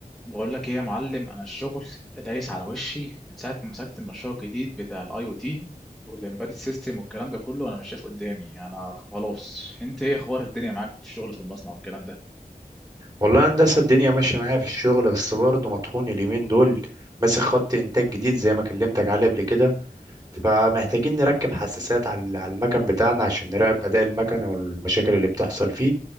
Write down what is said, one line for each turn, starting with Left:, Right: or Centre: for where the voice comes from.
Centre: بقول لك ايه يا معلم انا الشغل دايس على وشي من ساعه ما مسكت المشروع الجديد بتاع الاي او تي والامبيدد سيستم والكلام ده كله انا مش شايف قدامي انا خلاص انت ايه اخبار الدنيا معاك في الشغل في المصنع والكلام ده
Right: والله هندسة الدنيا ماشية معايا في الشغل بس برضه مطحون اليومين دول ماسك خط إنتاج جديد زي ما كلمتك عليه قبل كده فمحتاجين نركب حساسات على على المكن بتاعنا عشان نراقب أداء المكن والمشاكل اللي بتحصل فيه